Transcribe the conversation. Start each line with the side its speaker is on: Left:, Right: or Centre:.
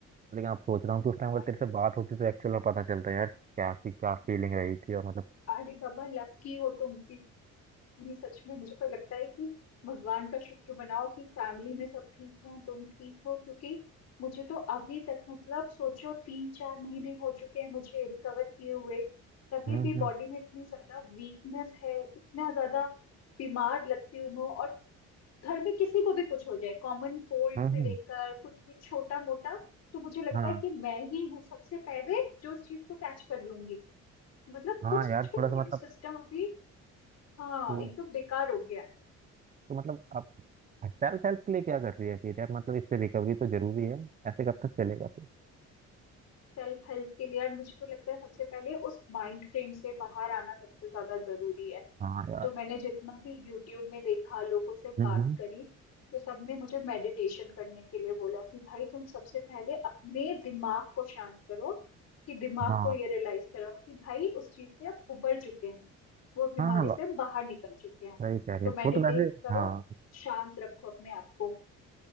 Right: लेकिन अब सोच रहा हूँ कि उस टाइम अगर
Left: अरे
Right: तेरे से बात होती तो एक्चुअल में पता चलता यार क्या सी क्या फीलिंग रही थी और मतलब
Left: अरे बाबा लकी हो तुम कि कि सच में मुझे तो लगता है कि भगवान का शुक्र मनाओ कि फैमिली में सब ठीक है तुम ठीक हो क्योंकि मुझे तो अभी तक मतलब सोचो तीन चार महीने हो चुके हैं मुझे रिकवर किए हुए तभी
Right: हम्म
Left: भी
Right: हम्म
Left: बॉडी में इतनी ज्यादा वीकनेस है इतना ज्यादा बीमार लगती हूँ मैं और घर में किसी को भी कुछ हो जाए कॉमन कोल्ड
Right: हम्म
Left: से लेकर
Right: हम्म,
Left: कुछ भी छोटा मोटा तो मुझे लगता
Right: हाँ
Left: है कि मैं ही हूँ सबसे पहले जो उस चीज को कैच कर लूंगी मतलब
Right: हाँ
Left: कुछ
Right: यार
Left: भी
Right: थोड़ा
Left: इम्यून
Right: सा
Left: सिस्टम अभी हाँ
Right: मतलब
Left: एकदम बेकार हो गया है
Right: तो मतलब आप सेल्फ हेल्प के लिए क्या कर रही है फिर यार मतलब इससे रिकवरी तो जरूरी है ऐसे कब तक चलेगा फिर
Left: सेल्फ हेल्थ के लिए और मुझे तो लगता है सबसे पहले उस माइंड फ्रेम से बाहर आना सबसे ज्यादा जरूरी है
Right: हाँ यार
Left: तो मैंने जितना भी यूट्यूब में देखा लोगों से बात
Right: हम्म हम्म,
Left: करी तो सबने मुझे मेडिटेशन करने के लिए बोला कि भाई तुम सबसे पहले अपने दिमाग को शांत करो कि दिमाग
Right: हाँ
Left: को ये रियलाइज करो कि भाई उस चीज से आप उबर चुके हैं वो बीमारी
Right: हाँ हाँ बा-
Left: से हम बाहर निकल चुके
Right: सही
Left: हैं
Right: कह रही
Left: तो
Right: है
Left: मेडिटेट
Right: वो तो वैसे
Left: करो
Right: हाँ
Left: शांत रखो अपने आप को